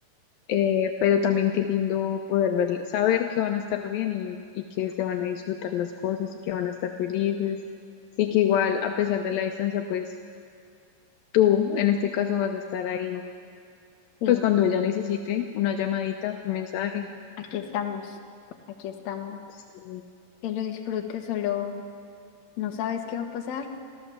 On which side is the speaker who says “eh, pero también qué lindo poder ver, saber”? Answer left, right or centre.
Left